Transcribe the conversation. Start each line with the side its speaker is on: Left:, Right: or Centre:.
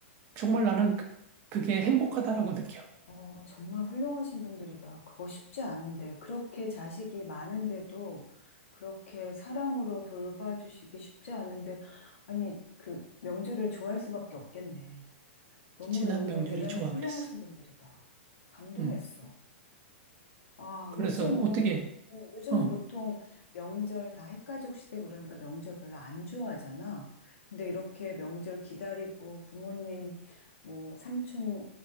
Right: 정말 나는 그, 그게 행복하다라고 느껴.
Left: 어, 정말 훌륭하신 분들이다. 그거 쉽지 않은데. 그렇게 자식이 많은데도 그렇게 사랑으로 돌봐주시기 쉽지 않은데. 아니, 그 명절을 좋아할 수밖에 없겠네. 너무너무
Right: 지난 명절이
Left: 대단히
Right: 좋아
Left: 훌륭하신
Right: 그랬어.
Left: 분들이다. 감동했어.
Right: 음.
Left: 아,
Right: 그래서
Left: 요즘은,
Right: 어떻게,
Left: 음, 요즘은
Right: 어,
Left: 보통 명절 다 핵가족 시대 그러니까 명절 별로 안 좋아하잖아. 근데 이렇게 명절 기다리고 부모님, 뭐, 삼촌,